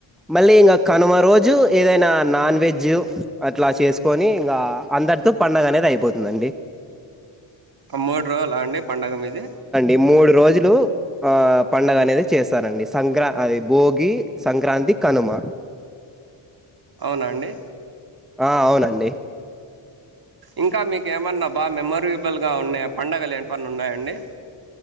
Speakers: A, in the centre; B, on the right (about 45°).
A: మళ్ళీ ఇంగా కనుమ రోజు ఏదైనా నాన్ వెజ్ అట్లా చేసుకొని ఇంగా అందరితో పండగ అనేది అయిపోతుందండి
B: మూడు రోజులా అండి పండగ మీది
A: ఈ మూడు రోజులు ఆ పండగ అనేది చేస్తరండి సంక్రా అ భోగి సంక్రాంతి కనుమ
B: అవునా అండి
A: ఆ అవునండి
B: ఇంకా మీకే ఏమన్నా బాగా మెమొరేబుల్గా ఉండే పండగలు ఏంటి వన్న ఉన్నాయండి